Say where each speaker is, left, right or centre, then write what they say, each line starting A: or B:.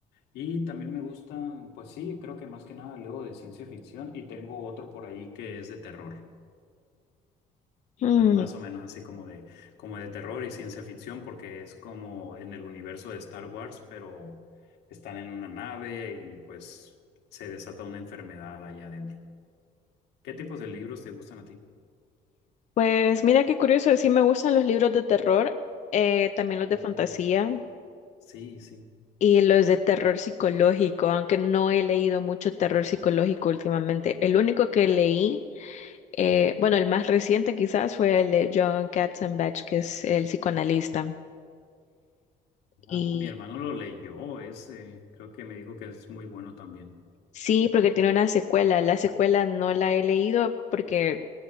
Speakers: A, on the left; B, on the left.
A: Y también me gustan, pues sí, creo que más que nada leo de ciencia ficción y tengo otro por ahí que es de terror.
B: Mm,
A: Bueno, más o menos así como de, como de terror y ciencia ficción, porque es como en el universo de Star Wars, pero están en una nave y pues se desata una enfermedad allá adentro. ¿Qué tipos de libros te gustan a ti?
B: Pues mira qué curioso, sí me gustan los libros de terror, eh, también los
A: Oh.
B: de fantasía
A: Sí, sí.
B: y los de terror psicológico, aunque no he leído mucho terror psicológico últimamente. El único que leí, eh, bueno, el más reciente quizás fue el de John Katzenbach, que es el psicoanalista. Y
A: Ah, mi hermano lo leyó ese. Creo que me dijo que es muy bueno también.
B: Sí, porque tiene una secuela. La secuela no la he leído porque